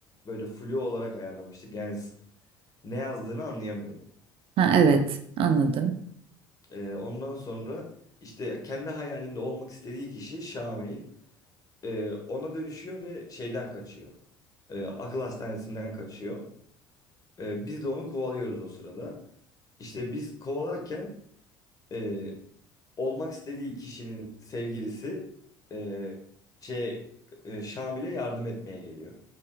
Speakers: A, on the left; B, on the right.
A: böyle flu olarak ayarlamıştık. Yani s- ne yazdığını anlayamıyordum.
B: Ha evet. Anladım.
A: E, ondan sonra işte kendi hayalinde olmak istediği kişi Şamil. Ee, ona dönüşüyor ve şeyden kaçıyor. Ee, akıl hastanesinden kaçıyor. Ee, biz de onu kovalıyoruz o sırada. İşte biz kovalarken e, olmak istediği kişinin sevgilisi e, şey e, Şamil'e yardım etmeye geliyor.